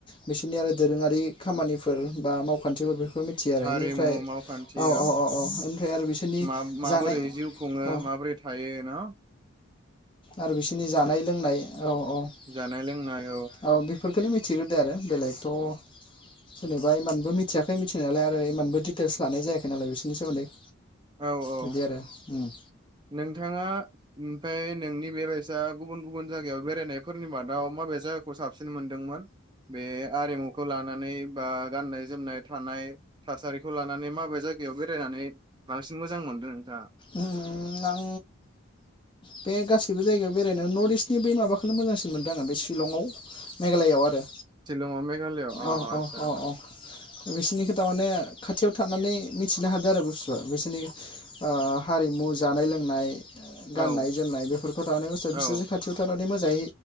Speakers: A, on the left (about 25°); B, on the right (about 20°).
A: बिसोरनि आरो दोरोङारि खामानिफोर बा मावखान्थिफोर बे बेखौ मिथियो आरो
B: हारिमु
A: बेनिफ्राय
B: मावखान्थि
A: औ औ औ औ निफ्राय आरो बिसोरनि
B: मा माबोरै
A: जानाय
B: जिउ खुङो
A: औ
B: माबोरै थायो नाअ
A: आरो बिसोरनि जानाय लोंनाय औ औ औ
B: जानाय लोंनाय
A: बेफोरखौनो मिथि मिथिग्रोदो आरो बेलेगथ' जेनेबा इमबो मिथियाखै मिथिनायालाय आरो इमानबो दिडिटेल्स लानाय जायाखै नालाय बिसोरनि सोमोन्दै
B: औ औ
A: बिदि आरो उम
B: नोंथाङा ओमफ्राय नोंनि बेबायसा गुबुन गुबुन जायगायाव बेरायनायफोरनि मादाव माबे जायगाखौ साबसिन मोनदोंमोन बे आरिमुखौ लानानै बा गाननाय जोमनाय थानाय थासारिखौ लानानै माबे जायगायाव बेरायनानै बांसिन मोजां मोनदों नोंथाङा
A: उम आं बे गासैबो जायगायाव बेरायनो नर्थ इस्टनि बै माबाखौनो मोजांसिन मोनदों आङो बे शिलंआव मेघालयआव आरो
B: शिलंआव मेघालयआव अ
A: औ
B: आदसा
A: औ औ औ बिसोरनि खोथा माने खाथियाव थानानै मिथिनो हादों आरो बुस्थुआ बिसोरनि हारिमु जानाय लोंनाय
B: औ
A: गाननाय जोमनाय बेफोरखौ थानायानाय बोसोर
B: औ
A: बिसोरजों खाथियाव थानायानानै मोजाङै